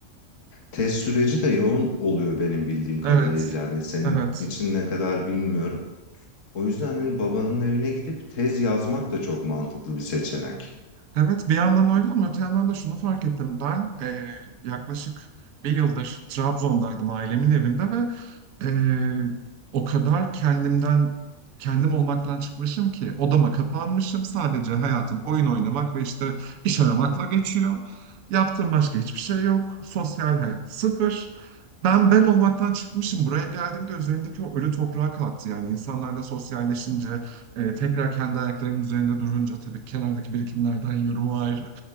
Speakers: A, on the left (about 60°); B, on the right (about 75°).
A: Test süreci de yoğun oluyor benim bildiğim kadarıyla.
B: <laughs> evet.
A: Hani senin
B: Evet.
A: için ne kadar bilmiyorum. O yüzden hani babanın evine gidip tez yazmak da çok mantıklı bir seçenek.
B: Evet bir yandan öyle ama öte yandan da şunu fark ettim. Ben eee, yaklaşık bir yıldır Trabzon'daydım ailemin evinde ve eee, o kadar kendimden kendim olmaktan çıkmışım ki odama kapanmışım. Sadece hayatım oyun oynamak ve işte iş aramakla geçiyor. Yaptığım başka hiçbir şey yok. Sosyal hayat sıfır. Ben ben olmaktan çıkmışım. Buraya geldiğimde üzerimdeki o ölü toprağa kalktı. Yani insanlarla sosyalleşince, e, tekrar kendi ayaklarının üzerinde durunca tabii kenardaki birikimlerden yorumu ayrı.